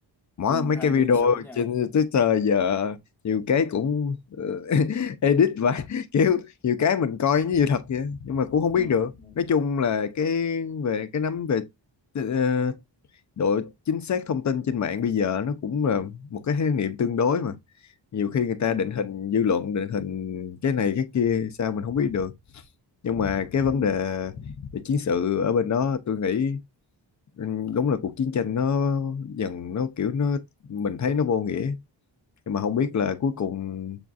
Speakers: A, on the left (about 40°); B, in the centre.
A: mỗi
B: quân
A: mấy
B: hai
A: cái
B: bên
A: video
B: xử nhau
A: trên Twitter
B: á.
A: giờ nhiều cái cũng ờ, <laughs> edit và <laughs> kiểu nhiều cái mình coi như sự thật vậy nhưng mà cũng không biết
B: ừ,
A: được
B: ừ,
A: nói chung là cái về cái nắm về ờ, độ chính xác thông tin trên mạng bây giờ nó cũng là một cái khái niệm tương đối mà nhiều khi người ta
B: ừ,
A: định hình dư luận định hình cái này cái kia sao mình không biết được nhưng mà cái vấn
B: ừ,
A: đề về chiến sự ở bên đó tôi nghĩ ừ, đúng là cuộc chiến tranh nó dần nó kiểu nó mình thấy nó vô nghĩa nhưng mà không biết
B: ừ.
A: là cuối cùng